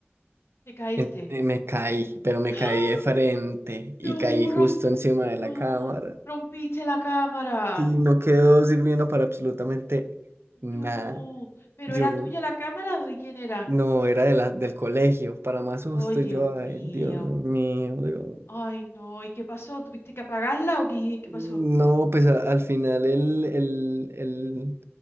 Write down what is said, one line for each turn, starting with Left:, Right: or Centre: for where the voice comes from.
Left: Te caíste.
Right: En- eh, Me caí, pero me
Left: ¡Ah!
Right: caí de frente y
Left: No,
Right: caí justo
Left: rom-
Right: encima de la
Left: no,
Right: cámara
Left: rompiste la cámara.
Right: y no quedó sirviendo para absolutamente nada.
Left: No, pero
Right: Yo
Left: ¿era
Right: no,
Left: tuya la cámara o de quién era?
Right: no, era de la, del colegio, para más susto.
Left: ¡Ay, Dios
Right: y Yo,
Left: mío!
Right: ay, Dios mío, Dios.
Left: ¡Ay, no! ¿Y qué pasó? ¿Tuviste que apagarla o qué, qué
Right: No,
Left: pasó?
Right: pues a- al final el, el, el,